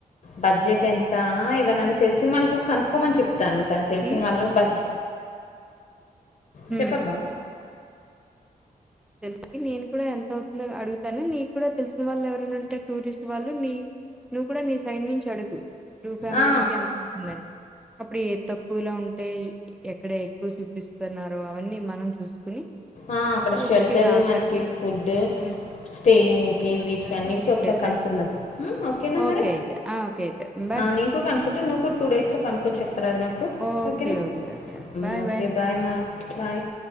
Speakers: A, on the left; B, in the centre.
A: బడ్జెట్ ఎంత ఎవననా తెలిసిన వాళ్ళు కూడా కనుకో మని చెప్తాను. తన తెలిసిన
B: కి
A: వాళ్ళు బడ్
B: హ్మ్
A: చెప్పా అక్క
B: తెలుసుకి నేను కూడా ఎంత అవుతుందో అడుగుతాను నీకు కూడా తెలిసిన వాళ్ళు ఎవరైనా ఉంటే టూరిస్ట్ వాళ్ళు నీ నువ్వు కూడా నీ సైడ్ నుంచి అడుగు టూ ఫ్యామిలీస్
A: ఆ,
B: కి ఎంత అవుతుందని. అప్పుడు ఏ తక్కువలా ఉంటే ఎక్కడ ఎక్కువ చూపిస్తున్నో అవన్నీ మనం చూసుకుని
A: ఆ అక్కడ
B: ఒకటి
A: షెల్టర్
B: ఆఖరికి
A: మనకి ఫుడ్
B: హ్మ్
A: స్టేయింగ్
B: అన్నీ
A: కి
B: ఒకసారి
A: వీటికి అన్నిటికి
B: మనం
A: ఒకసారి
B: డిసైడ్
A: కనుక్కుందాం ఓకేనా
B: ఓకే
A: మరి
B: అయితే ఆ ఓకే అయితే బాయ్
A: ఆ నేను కూడా కనుక్కుంటా నువ్ కూడా టూ డేస్ లో కనుక్కొని చెప్పరాదు నాకు
B: ఓకే
A: ఓకేనా
B: ఓకే ఓకే
A: ఉమ్,
B: బాయ్
A: ఓకే
B: బాయ్
A: మా బాయ్